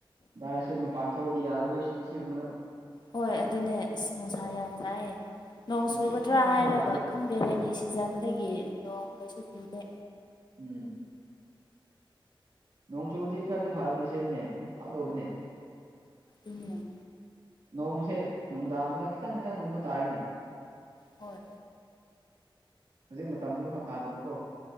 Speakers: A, on the right; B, on the left.
A: ꯗꯥꯏꯁꯨ ꯃꯄꯥꯟ ꯊꯣꯛꯑꯗꯤ ꯌꯥꯔꯔꯣꯏ ꯁꯤ ꯁꯤꯒꯨꯝꯕꯅ
B: ꯍꯣꯏ ꯑꯗꯨꯅꯦ ꯑꯁ ꯅꯨꯡꯁꯥ ꯌꯥꯝ ꯁꯥꯏ ꯅꯣꯡ
A: ꯅꯨꯡꯁꯤꯠ
B: ꯆꯨꯒꯗ꯭ꯔ
A: ꯑꯃꯐꯥꯎꯁꯨ
B: ꯍꯥꯏꯔꯒ
A: ꯂꯥꯛꯇꯦ
B: ꯈꯪ ꯕꯦꯔꯦꯟꯅꯤ ꯁꯤꯖꯟꯗꯒꯤ ꯅꯣꯡ ꯀꯩꯁꯨ ꯆꯨꯗꯦ
A: ꯎꯝ ꯅꯣꯡꯆꯨꯗꯤ ꯈꯔꯗꯤ ꯐꯔꯅꯤ ꯑꯁꯦꯡꯕꯅꯦ ꯐꯥꯗꯧꯕꯅꯦ
B: ꯑꯗꯨꯅꯤ
A: ꯅꯣꯡꯁꯦ ꯅꯨꯡꯗꯥꯡꯗ ꯈꯤꯇꯪ ꯈꯤꯇꯪꯒꯨꯝꯕ ꯇꯥꯏꯅꯦ
B: ꯍꯣꯏ
A: ꯍꯧꯖꯤꯛ ꯃꯇꯝꯗꯤꯅꯤ ꯐꯥꯎ ꯇꯥꯗꯕꯀꯣ